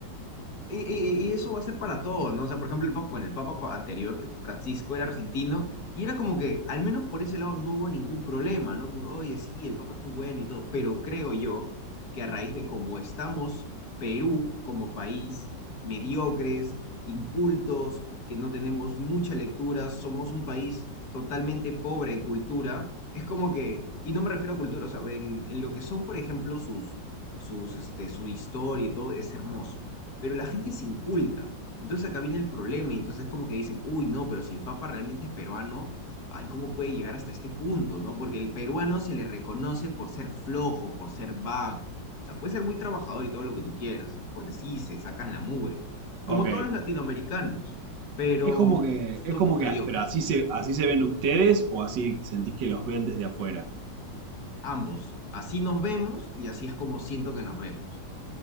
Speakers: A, on the left; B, on the right.
A: Y, y- y eso va a ser para todos, ¿no? O sea, por ejemplo, el papa, bueno, el papa pa- anterior, que fue Francisco, era argentino, y era como que, al menos por ese lado, no hubo ningún problema, ¿no? Como que, oye, sí, el papa es muy bueno y todo, pero creo yo que a raíz de cómo estamos, Perú como país, mediocres, incultos, que no tenemos mucha lectura, somos un país totalmente pobre en cultura, es como que, y no me refiero a cultura, o sea, en, en lo que son, por ejemplo, sus, sus, este, su historia y todo, es hermoso pero la gente es inculta. Entonces acá viene el problema, y entonces como que dicen, uy, no, pero si el Papa realmente es peruano, ay, ¿cómo puede llegar hasta este punto, no? Porque el peruano se le reconoce por ser flojo, por ser vago. O sea, puede ser muy trabajador y todo lo que tú quieras, porque sí, se sacan la mugre,
B: Ok.
A: como todos los latinoamericanos, pero
B: Es como que,
A: somos
B: es como que,
A: mediocres,
B: pero así se, así se ven ustedes o así sentís que los ven desde afuera.
A: ambos. Así nos vemos y así es como siento que nos vemos,